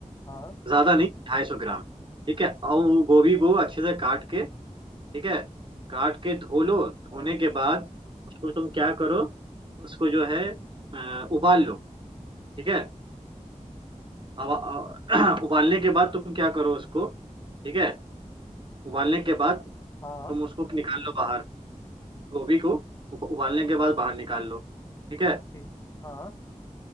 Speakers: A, on the left (about 25°); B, on the right (about 40°).
A: हाँ
B: ज्यादा नहीं ढाई सौ ग्राम ठीक है और वो गोभी को अच्छे से काट के ठीक है काट के धो लो धोने के बाद उसको तुम क्या करो उसको जो है अ, उबाल लो ठीक है अब अब- <clears throat> उबालने के बाद तुम क्या करो उसको ठीक है उबालने के बाद
A: हाँ
B: तुम उसको निकाल लो बाहर गोभी को उब- उबालने के बाद बाहर निकाल लो ठीक है
A: ठीक हाँ